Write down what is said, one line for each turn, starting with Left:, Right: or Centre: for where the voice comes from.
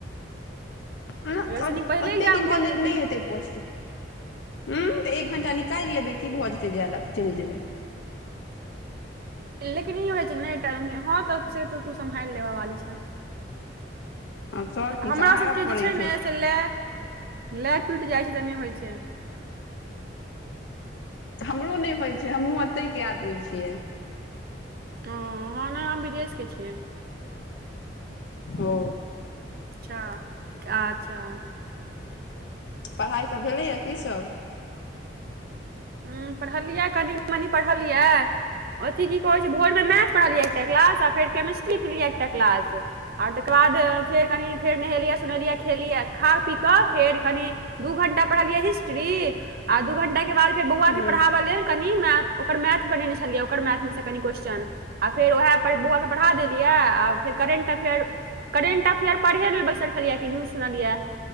Left: <inaudible>
Right: ओहिसँ नीक पहिले
Left: ओते
Right: एग्जाम
Left: दिन के
Right: भऽ
Left: लेल
Right: जैतै
Left: नहि हेतै <unintelligible> ऊ तऽ एक घंटा निकालि लेबै की भऽ जेतै जाय लै चलि जेबै
Right: लेकिन ई होय छै ने तऽ नहि हँ तऽ से त तू सम्हारि लेबऽ वाली छें।
Left: आ सब की
Right: हमरा
Left: सम्हारऽ
Right: सब के
Left: पड़ै
Right: जे छै ने से लै लै टूटि जाए छै तऽ नहि होए छै।
Left: हमरो नहि होय छै हमहुँ एतै के आदमी छियै।
Right: हऽ ह ने हम विदेश के छियै
Left: ओ
Right: अच्छा <inaudible>
Left: पढ़ाइ सब भेलैए की सब
Right: ह्म पढ़ल यै कनि-मनि पढ़ल यै अथि की कहै छै भोर मे मैथ पढ़लियै एकटा क्लास आ फेर केमिस्ट्री केलियै एकटा क्लास आर तकर बाद फेर कनि फेर नहेलियै सुनेलियै खै खेलियै खा पी क फेर कनि दू घंटा पढ़लियै हिस्ट्री आ दू घंटा के बाद फेर बौआ
Left: हूँ
Right: के पढ़ाबऽ लेल कनि मै ओकर मैथ बने छलियै ओकर मैथ मे से कनि क्वेश्चन आ फेर ओहे पर बौआके बढ़ा देलियै आ फेर करेंट त फेर करेंटफेयर पढ़हे लेल बैसल छलियै कि न्यूज सुनलियै